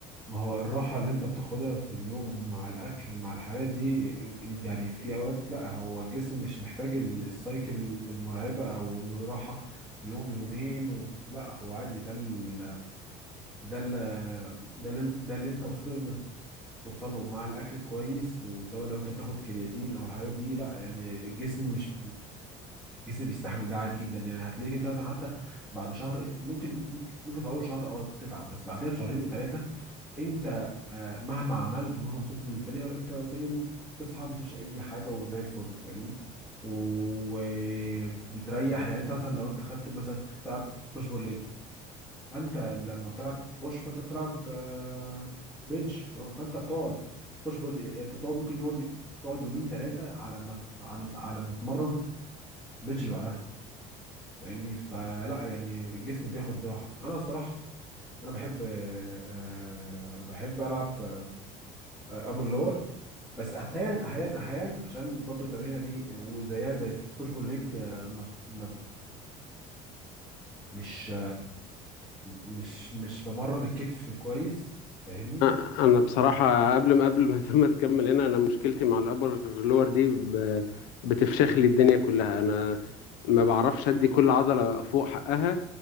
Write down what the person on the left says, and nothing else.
أ- انا بصراحه
قبل ما قبل ما <laughs> ما تكمل هنا انا مشكلتي مع الابر لور دي ب- بتفشخ لي الدنيا كلها انا ما بعرفش ادي كل عضله فوق حقها